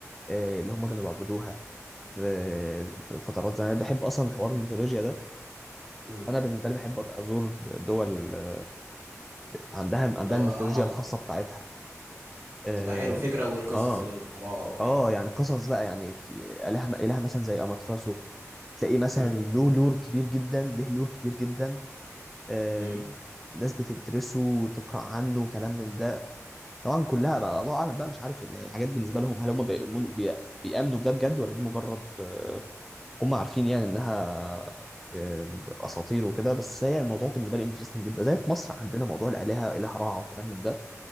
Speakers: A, in the centre; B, on the right.
A: آه، اللي هم
B: مم.
A: كانوا بيعبدوها في في فترات زمان أنا بحب اصلا حوار الميثولوجيا ده
B: مم.
A: انا بالنسبه لي بحب ازور دول آه، عندها عندها
B: اللي هو
A: الميثولوجيا
B: آه
A: الخاصه بتاعتها اه
B: تبقى حلو فكرة والقصص
A: اه
B: اللي وراها وكده
A: آه، يعني قصص بقى يعني في اله اله مثلا زي اماتراسو تلاقيه مثلا
B: مم.
A: له لور كبير جدا له لور كبير جدا آه
B: مم.
A: ناس بتدرسه وتقرا عنه وكلام من ده طبعا كلها بقى الله اعلم بقى مش عارف يعني حاجات بالنسبه لهم هل هم بيؤمنوا بي- بيامنوا بده بجد ولا دي مجرد آه، هم عارفين يعني انها آه، اساطير وكده بس هي الموضوع بالنسبه لي انترستنج جدا زي في مصر عندنا موضوع الالهه اله رع وكلام من ده